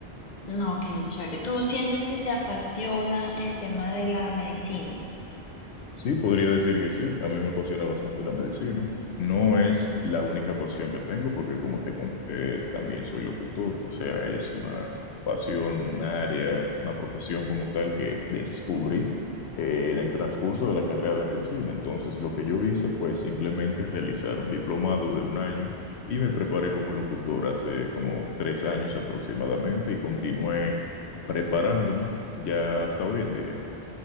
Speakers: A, on the left (about 45°); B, on the left (about 80°).
A: No, ok, chévere. ¿Tú sientes que te apasiona el tema de la medicina?
B: Sí, podría decir que sí. A mí me apasiona bastante la medicina. No es la única pasión que tengo, porque como te conté, también soy locutor. O sea, es una pasión, un área, una profesión como tal que descubrí eh, en el transcurso de la carrera de medicina. Entonces, lo que yo hice fue simplemente realizar un diplomado de un año y me preparé como locutor hace como tres años aproximadamente y continué preparándome ya hasta hoy en día.